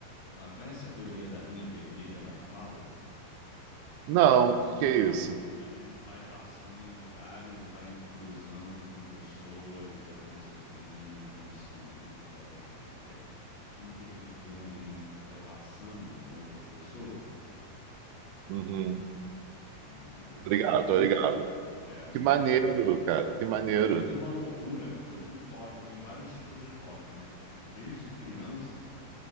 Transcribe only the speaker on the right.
Não, o que que
é isso?
Uhum.
Obrigado, obrigado.
Que
maneiro, cara,
que maneiro.